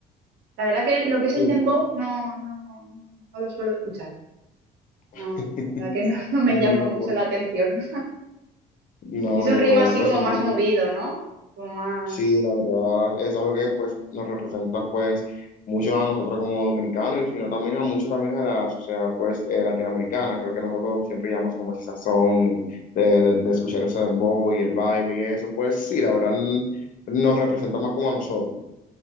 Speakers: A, on the right; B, on the left.
A: La verdad que lo que es
B: Sí.
A: el dembow no, no, no, no lo suelo escuchar, no,
B: <laughs>
A: la verdad que no, <laughs> no me
B: No,
A: llama mucho
B: pues,
A: la atención.
B: no,
A: Es un
B: yo
A: ritmo así
B: después
A: como
B: sabré.
A: más movido, ¿no? Como más...
B: Sí, la verdad es algo que pues nos representa pues mucho a nosotros como dominicanos y sino también a mucho también a la sociedad pues eh, latinoamericana. Creo que nosotros siempre llamamos como ese sazón de, de, de escuchar ese dembow y el baile y eso. Pues sí, la verdad mm, nos representa más como a nosotros.